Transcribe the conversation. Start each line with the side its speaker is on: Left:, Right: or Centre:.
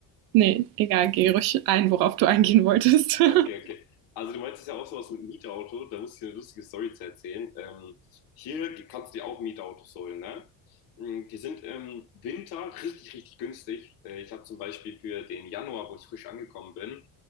Right: ne, egal, geh ruhig ein, worauf du eingehen wolltest.
Left: Okay,
Right: <laughs>
Left: okay. Also du meintest ja auch sowas mit Mietauto, da muss ich dir eine lustige Story zu erzählen. Ähm, hier kannst du dir auch Mietautos holen, ne? Mm, Die sind im Winter richtig, richtig günstig. Äh, ich habe zum Beispiel für den Januar, wo ich frisch angekommen bin,